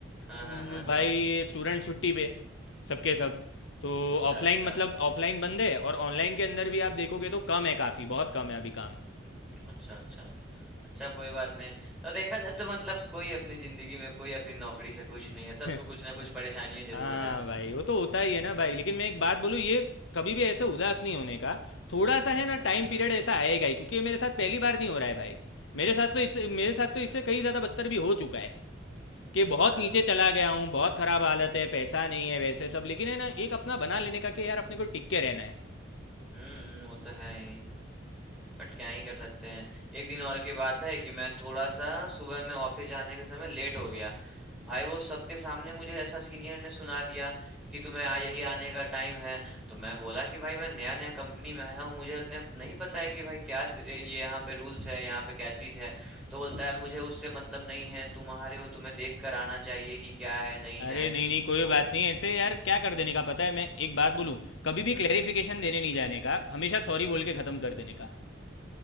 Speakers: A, in the centre; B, on the left.
A: हाँ
B: तो
A: हाँ हाँ हाँ
B: भाई स्टूडेंट छुट्टी पे सबके सब तो
A: अच्छा
B: ऑफलाइन
A: अच्छा
B: मतलब ऑफलाइन बंद है और ऑनलाइन के अंदर भी आप देखोगे तो कम है काफ़ी बहुत कम है अभी काम
A: अच्छा अच्छा अच्छा कोई बात नहीं तो देखा जाए तो मतलब कोई अपनी जिंदगी में कोई अपनी नौकरी से खुश नहीं है सबको
B: <laughs>
A: कुछ ना कुछ परेशानियां जरूर
B: हाँ
A: है
B: भाई वो तो होता ही है ना भाई लेकिन मैं एक बात बोलूँ ये कभी भी ऐसे उदास नहीं होने का थोड़ा
A: हम्म
B: सा है ना टाइम पीरियड ऐसा आएगा ही क्योंकि ये मेरे साथ पहली बार नहीं हो रहा है भाई मेरे साथ तो इससे मेरे साथ तो इससे कई ज़्यादा बदतर भी हो चुका है कि
A: अच्छा
B: बहुत नीचे चला गया हूँ बहुत खराब हालत है पैसा नहीं है वैसे सब लेकिन है ना एक अपना बना लेने का कि यार अपने को टिक के रहना है
A: हम्म वो तो है ही बट क्या ही कर सकते हैं एक दिन और की बात है कि मैं थोड़ा सा सुबह में ऑफिस जाने के समय लेट हो गया भाई वो सबके सामने मुझे ऐसा सीनियर ने सुना दिया कि तुम्हें आ यही आने का टाइम है तो मैं बोला कि भाई मैं नया नया कंपनी में आया हूँ मुझे उतने नहीं पता है कि भाई क्या स- ये ये यहाँ पे रूल्स है यहाँ पे क्या चीज़ है तो बोलता है मुझे उससे मतलब नहीं है तुम आ रहे हो तुम्हें देख कर आना चाहिए कि क्या है नहीं
B: अरे
A: है
B: नहीं नहीं कोई
A: वो
B: बात नहीं ऐसे यार क्या कर देने का पता है मैं एक बात बोलूँ कभी भी
A: हम्म
B: क्लेरिफिकेशन
A: हम्म
B: देने नहीं जाने का हमेशा सॉरी बोल के ख़त्म कर देने का